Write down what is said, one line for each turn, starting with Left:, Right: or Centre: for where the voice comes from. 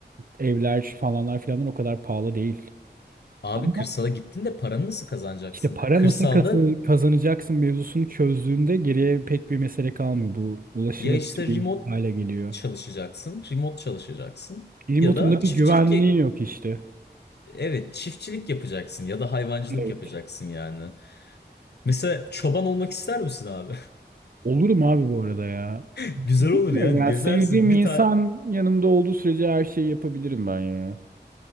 Right: e, evler falanlar filanlar o kadar pahalı değil.
Left: Abi
Right: Ama
Left: kırsala gittin de paranı nasıl kazanacaksın?
Right: işte para
Left: K- Kırsalda
Right: nasıl kazan- kazanacaksın mevzusunu çözdüğünde geriye pek bir mesele kalmıyor. Bu ulaşılabilir
Left: ya işte
Right: bir
Left: remote
Right: hale geliyor.
Left: çalışacaksın, remote çalışacaksın
Right: Remote'un
Left: ya da
Right: da
Left: çiftçilik
Right: bir güvenliği yok işte.
Left: Evet, çiftçilik yapacaksın ya da hayvancılık
Right: Evet.
Left: yapacaksın yani. Mesela çoban olmak ister misin abi?
Right: Olurum abi bu arada ya.
Left: <laughs> Güzel
Right: Bilmiyorum
Left: olur yani
Right: ya.
Left: gezersin.
Right: Sevdiğim insan
Left: Bir tane
Right: yanımda olduğu sürece her şeyi yapabilirim ben ya.